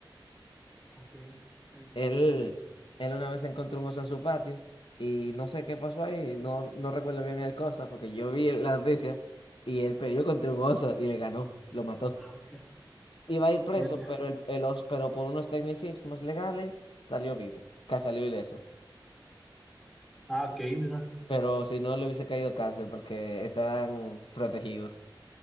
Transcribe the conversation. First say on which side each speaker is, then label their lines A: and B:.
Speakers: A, in the centre; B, on the left.
A: Ok. Eh,
B: Él,
A: fíjate.
B: él una vez encontró un oso en su patio y no sé qué pasó ahí, no, no recuerdo bien el cosa, porque yo vi la noticia y él peleó contra un oso y le ganó, lo mató.
A: Ah, ok.
B: Iba a ir preso,
A: Fíjate.
B: pero, el, el oso- pero por unos tecnicismos legales salió vivo, ca- salió ileso.
A: Ah, ok, mira.
B: Pero si no, le hubiese caído cárcel porque están protegidos.